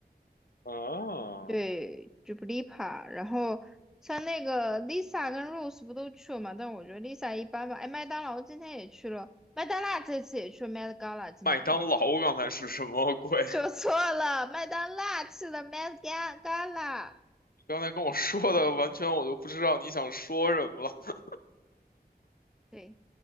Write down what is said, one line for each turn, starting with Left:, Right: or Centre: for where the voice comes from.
Left: <laughs> 啊，
Centre: 对 d u p l i p a 然后像那个 Lisa 跟 Rose 不都去了嘛？但我觉得 Lisa 一般吧。哎，麦当劳今天也去了，麦当娜这次也去了 Met Gala 今年。
Left: 麦当劳刚才是什么鬼？
Centre: 说错了，麦当娜去了麦当当啦，
Left: <laughs> 你刚才跟我说的完全我都不知道你想说什么了。
Centre: 对，